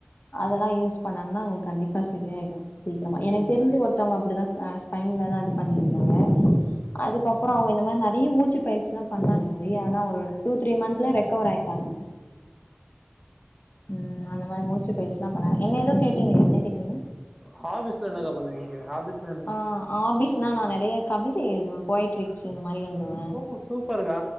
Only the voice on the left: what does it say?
அதெல்லா யூஸ் பண்ணாங்கன்னா அவங்களுக்கு கண்டிப்பா செரியாயிடு சீக்கிரமா
எனக்கு தெரிஞ்சு ஒருத்தவங்க அப்டி தா அ பையன்ல தா இது பண்ணியிருந்தாங்க அதுக்கப்பற அவுங்க இந்த மாரி நெறைய மூச்சு பயிற்சிலா பண்ணாங்க நெறைய ஆனா ஒரு டூ த்ரீ மந்த்துல ரெக்கவர் ஆயிட்டாங்க ம் அந்த மாரி மூச்சு பயிற்சிலா பண்ணா என்ன ஏதோ கேட்டீங்களே என்ன கேட்டீங்க
ஆ ஹாபிஸ்னா நா நெறைய கவிதை எழுதுவே பொயட்ரிக்ஸ் இந்த மாரி எழுதுவே